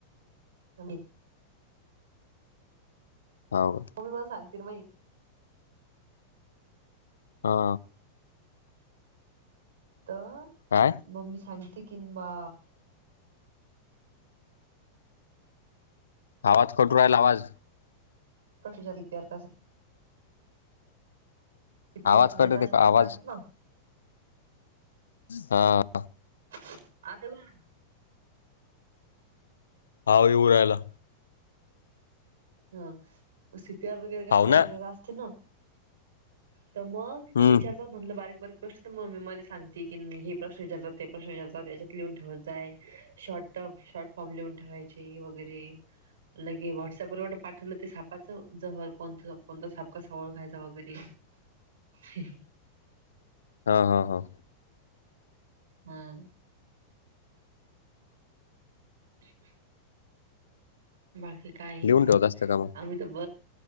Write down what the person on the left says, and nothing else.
हो
हा
काय
आवाज कठो, राहीला आवाज.
आवाज कट होते का आवाज हा.
हा येऊ राहिला.
हाव
ना
हम्म
हा हा हा.
लिहून ठेवत असतं का मग